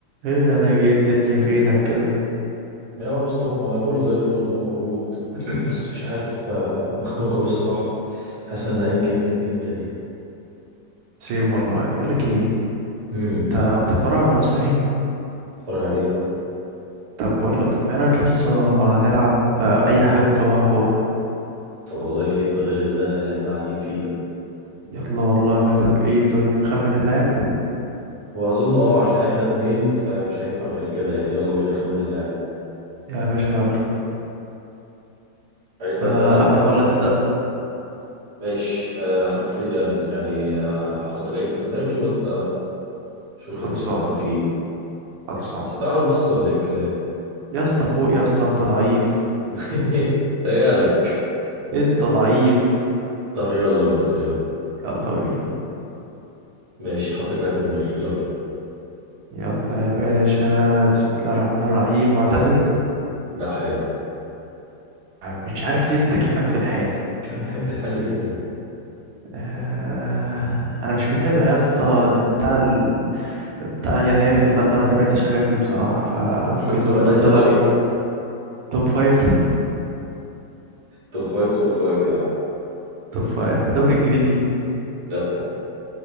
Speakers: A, on the right; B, on the right.
A: ايه انا اجي ايه الدنيا فينك كده
B: يا مصطفى انا كله زي الفل هو موجود <clears throat> بس مش عارف آه، مخنوق قوي الصراحه حاسس انا زهقان جدا جدا يعني
A: سيم والله بقول لك ايه
B: امم
A: انت بتتفرج على نصوحي
B: بتفرج عليه اه
A: طب بقول لك طب ما ايه رايك يا اسطى هنلعب اي حاجه من صباح كوره
B: طب والله يا ريت بدل الزهق اللي احنا قاعدين فيه ده
A: يلا والله طب ايه طيب خمن اللاعب
B: هو اظن اه عشان احنا اتنين فمش هينفع غير كده يعني يلا بينا نخمن اللاعب
A: يا باشا يلا
B: عايز
A: آه،
B: نبدا انا
A: ابدا ولا تبدا
B: ماشي آه، هبتدي انا يعني آه، هحط لعيب في دماغي وانت شوف
A: خلصان
B: الدنيا حاول تجيبه
A: خلصان
B: بس هتعرف بس ولا ايه الكلام
A: يا اسطى فوق يا اسطى انت ضعيف
B: <laughs> تهيألك
A: انت ضعيف
B: طب يلا بس يلا
A: يلا بينا
B: ماشي حطيت لعيب في دماغي يلا
A: يلا يا باشا بسم الله الرحمن الرحيم معتزل
B: لا حالي
A: مش عارف ليه انت كيفك في الحالي
B: انا احب الحالي جدا
A: آه، انا مش متابع يا اسطى بتاع ال... بتاع يناير اللي فات ده ما تابعتش حاجه فيه بصراحه فممكن
B: طب شفت
A: نقول
B: بقى
A: مثلا
B: اللي انت ضعيف
A: توب فايف
B: توب فايف توب فايف يا عم
A: توب فايف <laughs> دوري انجليزي
B: لا